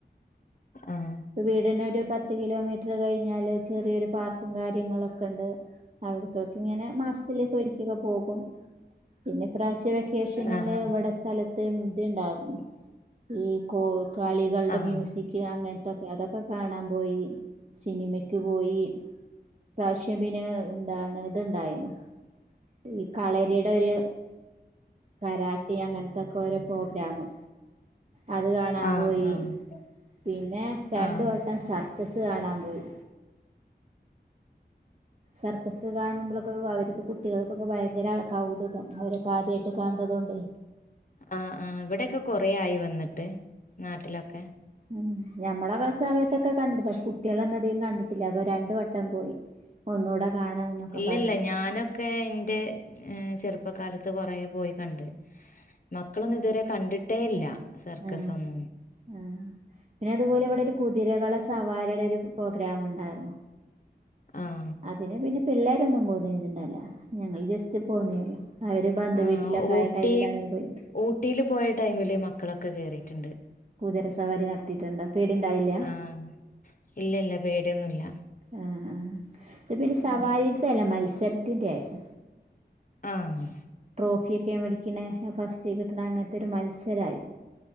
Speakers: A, on the left (about 50°); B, on the right (about 40°).
A: ആഹ്
B: ഇപ്പ വീടിനൊരു പത്ത് കിലോമീറ്റർ കഴിഞ്ഞാല് ചെറിയൊരു പാർക്കും കാര്യങ്ങളൊക്കെ ക്കണ്ട് അവിത്തോൽക്ക് ഇങ്ങനെ മാസത്തിലൊരിക്കെക്കേ പോകും പിന്നെ ഇപ്രാവശ്യം ഈ വെക്കേഷനില്
A: ആഹ്
B: ഇവടെ സ്ഥലത്ത് ഇണ്ട്ണ്ടായിരുന്നു ഈ കോ കളികൾടെ
A: ആഹ് ആഹ്
B: മ്യൂസിക് അങ്ങനെ ത്തൊക്കെ അതൊക്കെ കാണാൻ പോയി സിനിമക്ക് പോയി പ്രാവശ്യം പിന്നെ ഇന്താണ് ഇത്ണ്ടായിരുന്നു ഈ കളരിയുടെ ഒരു കരാട്ടി അങ്ങ ത്തക്കെ ഓരോ പ്രോഗ്രമ് അത് കാണാൻ
A: ആഹ്
B: പോയി
A: ആഹ്
B: പിന്നെ രണ്ട്
A: ആഹ്
B: വട്ടം സർക്കസ് കാണാൻ പോയി സർക്കസ് കാണുമ്പളെക്കെ അവർക്ക് കുട്ടികൾക്കൊക്കെ ഭയങ്കര കൗതുകം അവരൊക്കെ ആദ്യായിട്ട് കാണ് അതോണ്ടേ
A: ആഹ ആഹ് ഇവടെക്കെ കൊറെ ആയി വന്നിട്ട് നാട്ടിലൊക്കെ
B: ഉം ഞമ്മളെക്കെ സമയത്തൊക്കെ കണ്ടിട്ടു പക്ഷെ കുട്ടികളൊന്നും അധികം കണ്ടിട്ടില്ല അപ്പോ രണ്ട് വട്ടം പോയി ഒന്നുകൂടെ കാണാം എന്നൊക്കെ
A: ഇല്ലല്ല
B: പറഞ്ഞിട്ട്
A: ഞാനൊക്കെ ഇന്റെ ഏ ചെറുപ്പകാലത്ത് കൊറെ പോയി കണ്ട് മക്കളൊന്നും ഇതുവരെ കണ്ടിട്ടേ ഇല്ല സർക്കസൊന്നും
B: ആ ആ പിന്നെ അതുപോലെ ഇവടെ ഒരു കുതിരകളെ സവാരിയുടെ ഒരു പ്രോഗ്രാം ഉണ്ടായിരുന്നു
A: ആഹ
B: അതിന് പിന്നെ പിള്ളേരൊന്നും പോന്നിന്നിട്ടില്ല ഞങ്ങൾ ജസ്റ്റ് പോന്നേള്ളു അവര് ബന്ധു
A: ആഹ്
B: വീട്ടിലൊക്കെ
A: ഊട്ടി
B: ആയ ടൈമില് അങ്ങനെ പോയി
A: ഊട്ടില് പോയ ടൈമില് മക്കളൊക്കെ കേറിയിട്ടുണ്ട്
B: കുതിരസവാരി നടത്തിയിട്ടുണ്ട് പേടിണ്ടായില്ല
A: ആഹ് ഇല്ലല്ല പേടിയൊന്നുല്ല
B: ആ ആഹ ഇത് പിന്നെ സവാരിതല്ല
A: ഉം
B: മത്സരത്തിന്റെ ആയിരുന്നു
A: ആഹ
B: ട്രോഫിയൊക്കെ മേടിക്ക്ണേ ഫസ്റ്റ് കിട്ടണ അങ്ങനത്തെ മത്സരായിരുന്നു